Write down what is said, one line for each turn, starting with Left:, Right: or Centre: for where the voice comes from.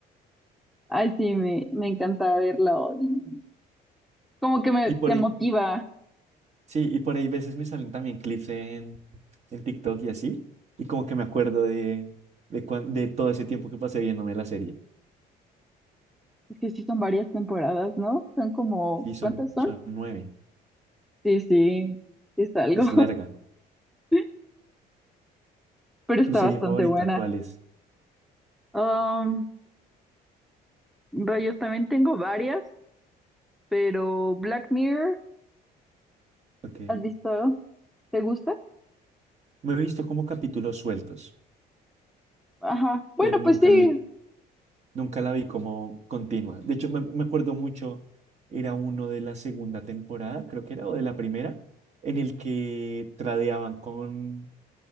Centre: Ay, sí, me, me encanta verlo. y Como que me,
Right: Y por
Centre: te
Right: ahí,
Centre: motiva
Right: sí, y por ahí veces me salen también clips en en TikTok y así, y como que me acuerdo de, de, cuan- de todo ese tiempo que pasé viéndome la serie.
Centre: Es que sí son varias temporadas, ¿no? Son como,
Right: Sí, son,
Centre: ¿cuántas son?
Right: son nueve,
Centre: Sí, sí, sí es algo,
Right: es larga.
Centre: <laughs> pero está
Right: ¿Tu serie
Centre: bastante
Right: favorita
Centre: buena.
Right: cuál es?
Centre: Um, rayos, también tengo varias, pero Black Mirror,
Right: Ok.
Centre: ¿has visto? ¿Te gusta?
Right: Me he visto como capítulos sueltos,
Centre: Ajá, bueno,
Right: pero nunca,
Centre: pues sí.
Right: l- nunca la vi como continua. De hecho, me, me acuerdo mucho, era uno de la segunda temporada, creo que era, o de la primera, en el que tradeaban con,